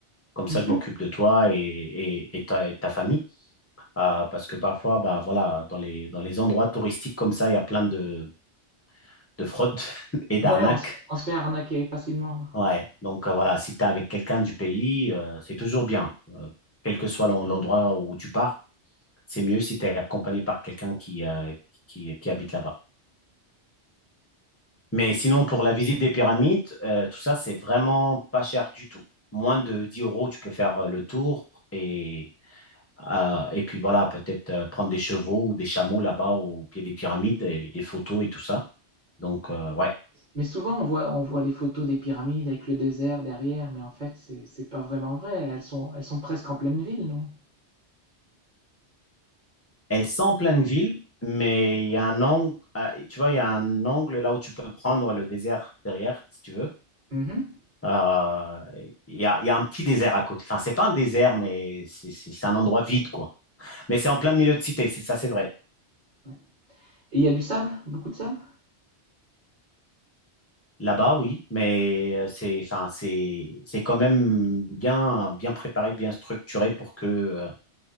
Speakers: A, on the left; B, on the right.
A: Comme
B: Mhm.
A: ça je m'occupe de toi et et, et ta, et ta famille Euh, parce que parfois bah voilà dans les dans les endroits touristiques comme ça il y a plein de de fraudes <laughs> et d'arnaques.
B: Ouais, on se, on se fait arnaquer facilement.
A: Ouais. Donc euh, voilà, si tu es avec quelqu'un du pays, euh, c'est toujours bien. Euh, quel que soit l'en- l'endroit où tu pars, c'est mieux si tu es accompagné par quelqu'un qui euh, qui qui habite là-bas. Mais sinon, pour la visite des pyramides, euh, tout ça, c'est vraiment pas cher du tout. Moins de 10 euros, tu peux faire euh, le tour et, euh, et puis voilà, peut-être euh, prendre des chevaux ou des chameaux là-bas au pied des pyramides et des photos et tout ça. Donc, euh, ouais.
B: Mais souvent on voit on voit les photos des pyramides avec le désert derrière, mais en fait c'est c'est pas vraiment vrai. Elles sont elles sont presque en pleine ville, non?
A: Elles sont en pleine ville, mais il y a un angle, euh, tu vois, il y a un angle là où tu peux prendre le désert derrière, si tu veux.
B: Mhm.
A: Euh, Il y a, il y a un petit désert à côté. Enfin, c'est pas un désert, mais c'est c'est- c'est un endroit vide, quoi. Mais c'est en plein milieu de cité, c'est ça, c'est vrai.
B: Ouais. Et il y a du sable, beaucoup de sable?
A: Là-bas, oui, mais euh, c'est, enfin, c'est, c'est quand même bien, bien préparé, bien structuré pour que euh,